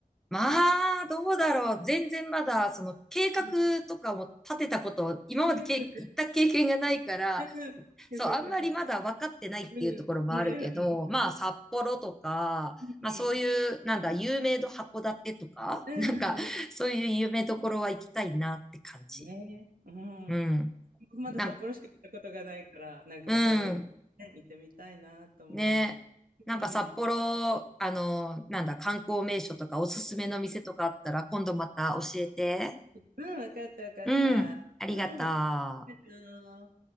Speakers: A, in the centre; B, on the right.
A: まあ、どうだろう。全然まだ、その計画とかも立てたこと、
B: うん
A: 今までけ、
B: いや、そっか、
A: 行った経験がないから、
B: うん、いやそっか、
A: そう、あんまりまだ分かってないっていうところもあるけど、
B: そっか、うん、なるほど、なるほど。
A: まあ、札幌とか、
B: うん、うん、
A: まあ、そういう、なんだ、有名度函館とか、
B: うん
A: <laughs> なんか、そういう有名どころは行きたいなって感じ。
B: ね、うん。
A: うん。
B: まだ札幌しか行ったことがないから、
A: なん、
B: なんか他もいろいろね行ってみたいなと思うね。
A: うん。ね。なんか札幌、
B: うん。
A: あの、なんだ、観光名所とかおすすめの店とかあったら、
B: うん、
A: 今度また教えて。
B: うん、わかった、わかった。
A: うん。ありがと
B: うん。ありがとう
A: う。